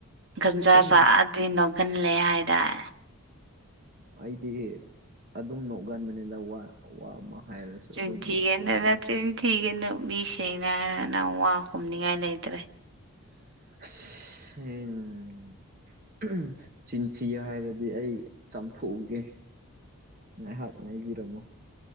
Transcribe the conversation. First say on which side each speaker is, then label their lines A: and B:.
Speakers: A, on the right; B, on the right.
A: ꯒꯟꯖꯥ
B: ꯁꯨꯝ
A: ꯆꯥꯑꯗꯤ ꯅꯣꯛꯒꯜꯂꯦ ꯍꯥꯏꯗꯥꯏ
B: ꯃꯥꯏꯗꯤꯒꯤ ꯑꯗꯨꯝ ꯅꯣꯛꯒꯟꯕꯅꯤꯗ ꯋꯥ ꯋꯥ ꯑꯃ ꯍꯥꯏꯔꯁꯨ
A: ꯆꯤꯟꯊꯤꯒꯅꯨ
B: ꯑꯗꯨꯝ ꯅꯣꯛꯄ ꯑꯗꯣ
A: ꯅꯆꯤꯟ ꯊꯤꯒꯅꯨ ꯃꯤ ꯁꯦꯡꯅ ꯍꯥꯏꯔ ꯅꯪ ꯋꯥ ꯈꯨꯝꯅꯤꯡꯉꯥꯏ ꯂꯩꯇ꯭ꯔꯦ
B: ꯁꯦꯡ ꯎꯝ ꯎꯝ ꯆꯤꯟꯊꯤ ꯍꯥꯏꯔꯗꯤ ꯑꯩ ꯆꯥꯝꯊꯣꯛꯎꯒꯦ ꯉꯥꯏꯍꯥꯛ ꯉꯥꯏꯕꯤꯔꯝꯃꯣ